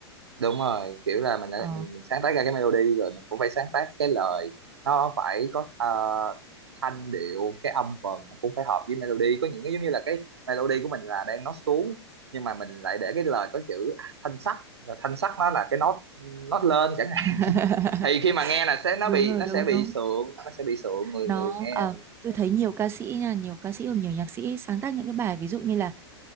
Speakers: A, on the right; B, on the right.
A: đúng rồi kiểu là mình đã
B: Ờ.
A: mình, mình sáng tác ra cái melody rồi mình cũng phải sáng tác cái lời nó phải có ờ, thanh điệu cái âm vần nó cũng phải hợp với melody có những cái giống như là cái melody của mình là đang nó xuống nhưng mà mình lại để cái lời có chữ à, thanh sắc và thanh sắc nó là cái nốt nốt lên chẳng hạn
B: <laughs>
A: thì khi mà nghe là sẽ nó
B: Đúng
A: bị
B: rồi,
A: nó
B: đúng
A: sẽ bị
B: đúng.
A: sượng nó sẽ bị sượng người
B: Nó
A: người nghe
B: ờ, tôi thấy nhiều ca sĩ nha, nhiều ca sĩ hoặc nhiều nhạc sĩ sáng tác những cái bài ví dụ như là